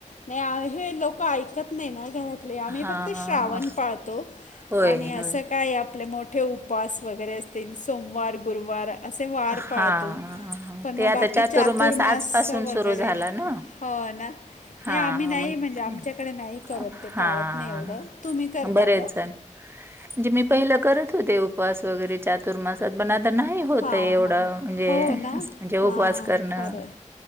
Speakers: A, on the left (about 80°); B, on the right (about 20°).
A: नाही हे लोकं ऐकत नाही ना घरात. आम्ही
B: हां.
A: फक्त श्रावण पाळतो
B: होय,
A: आणि असं
B: होय.
A: काय? आपले मोठ मोठे उपवास वगैरे असतील सोमवार, गुरुवार, असे वार
B: हां.
A: पाळतो.
B: हां.
A: पण
B: ते
A: मग
B: आता
A: बाकी बाकि चातुर्मास
B: आजपासून
A: वगैरे
B: सुरू झाला ना?
A: हो ना.
B: हां.
A: नाही आम्ही नाही
B: मग
A: म्हणजे
B: ते
A: आमच्याकडे नाही करत
B: हां.
A: ते पाळत नाही एवढं तुम्ही करता
B: बरेच
A: का?
B: म्हणजे मी पहिलं करत होते उपवास वगैरे चातुर्मासात पण आता नाही
A: हां
B: ते एवढं
A: हां
B: म्हणजे
A: हो ना
B: म्हणजे उपवास
A: हां
B: करणं
A: खरं आहे